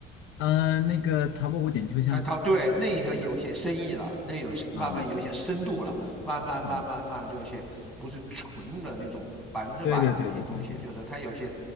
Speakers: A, on the left; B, in the centre.
A: 嗯、那个唐伯虎点秋香，
B: 那他对那一些有些深意了，那有慢慢有些深度了，
A: 嗯嗯
B: 慢慢慢慢慢就是不是纯的那种百分之百的那些东西，
A: 嗯，对对对对对对
B: 就是他有些